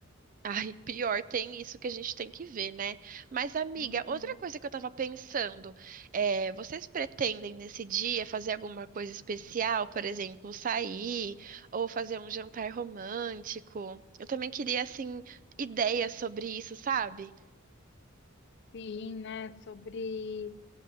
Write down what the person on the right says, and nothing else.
Ai, pior, tem isso que a gente tem que ver, né? Mas, amiga,
outra coisa que eu tava pensando, é, vocês pretendem nesse dia fazer alguma coisa especial, por exemplo, sair ou fazer um jantar romântico? Eu também queria, assim, ideias sobre isso, sabe?